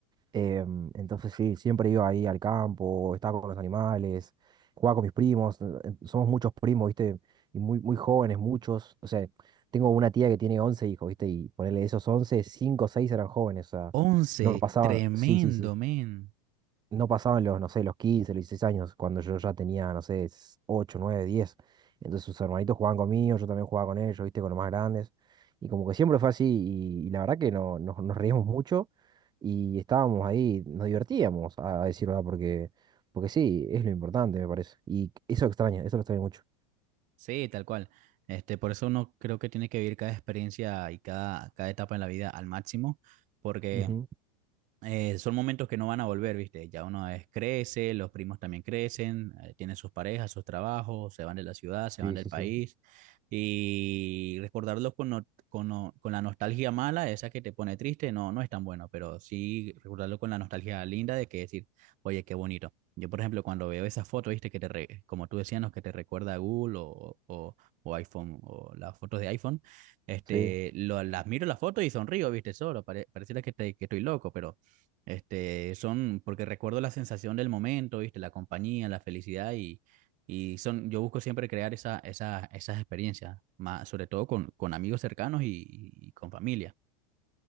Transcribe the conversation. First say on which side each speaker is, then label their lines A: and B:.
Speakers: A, on the right (about 20°); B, on the right (about 45°).
A: Em, entonces sí, siempre iba ahí al campo, estaba con los animales, jugaba con mis primos. eh, eh, Somos muchos primos, ¿viste? Y muy, muy jóvenes, muchos. O sea, tengo una tía que tiene 11 hijos, ¿viste? Y ponerle esos 11 5 o 6 eran jóvenes, o sea,
B: Once,
A: no pasaban.
B: tremendo,
A: Sí, sí, sí
B: men.
A: no pasaban los, no sé, los 15 los 16 años, cuando yo ya tenía, no sé, 8 9 diez Entonces sus hermanitos jugaban conmigo, yo también jugaba con ellos, viste, con los más grandes. Y como que siempre fue así, y, y la verdad que no, nos, nos reíamos mucho y estábamos ahí, nos divertíamos, a, a decir verdad, porque, porque sí, es lo importante, me parece. Y eso extraña eso lo extraño mucho.
B: Sí, tal cual. Este, por eso uno creo que tiene que vivir cada experiencia y cada, cada etapa en la vida al máximo, porque...
A: Ujú,
B: eh, son momentos que no van a volver, ¿viste? Ya uno es, crece, los primos también crecen, eh, tienen sus parejas, sus trabajos, se van de la ciudad, se
A: Sí,
B: van del
A: sí,
B: país.
A: sí.
B: Y recordarlos con, no- con, no- con la nostalgia mala, esa que te pone triste, no, no es tan bueno, pero sí recordarlo con la nostalgia linda de que decir, oye, qué bonito. Yo, por ejemplo, cuando veo esas fotos, ¿viste? Que te re- como tú decías, ¿no? que te recuerda a Google o, o, o iPhone, o las fotos de iPhone, este,
A: Sí.
B: lo, las miro las fotos y sonrío, ¿viste? Solo, pare- pareciera que, te- que estoy loco, pero este, son, porque recuerdo la sensación del momento, ¿viste? La compañía, la felicidad y, y son, yo busco siempre crear esa, esa- esas experiencias, más, sobre todo con, con amigos cercanos y, y con familia.